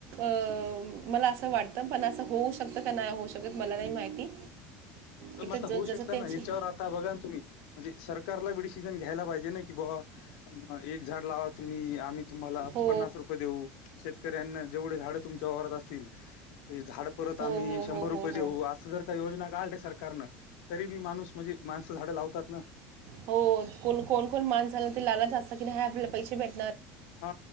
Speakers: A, on the right; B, on the left.
A: अ मला असं वाट ते पण असं होऊ शकतं का नाही होऊ शकत मला नाही माहिती. तिथं
B: म आता
A: ज-
B: होऊ शकत
A: जसं त्याची
B: ना हेच्यावर आता बघा तुम्ही म्हणजे सरकारला डिसिजन घ्यायला पाहि जे ना कि बुवा. एक झाड लावा तुम्ही आम्ही तुम्हाला
A: हो
B: पन्नास रुपये देऊ शेतकऱ्यांना जेवढे झाडं.. तुमच्या वावरात असतील ते झाड परत
A: हो
B: आम्ही
A: हो
B: शंभर
A: हो
B: रुपये
A: हो हो
B: देऊ असं जर का योजना काढल्या सर तरी बी माणूस म्हणजे माणसं झाडं लावतात ना.
A: हो को कोण कोण माणसाला ते लावाच असत कि नाही आपल्याला पैसे भेट
B: हा